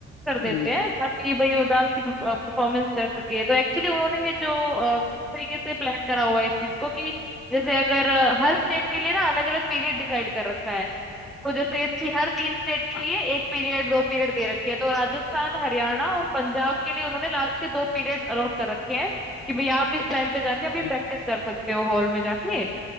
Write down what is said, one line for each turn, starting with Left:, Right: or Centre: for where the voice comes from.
Centre: कर देते
Left: हम्म
Centre: हैं ताकि भाई वो डांस की परफॉर्मेंस कर सके तो एक्चुअली उन्होंने ये जो अ, तरीके से प्लान करा हुआ है इस चीज को कि जैसे अगर अ, हर स्टेट के लिए ना अलग अलग पीरियड डिसाइड कर रखा है तो जैसे थी हर तीन स्टेट के
Left: हाँ,
Centre: लिए एक पीरियड दो पीरियड दे रखे हैं तो राजस्थान हरियाणा और पंजाब के लिए उन्होंने लास्ट के दो पीरियड अलॉट कर रखे हैं कि भाई आप इस टाइम पे जाके अपनी
Left: हम्म।
Centre: प्रैक्टिस कर सकते हो हॉल में जाके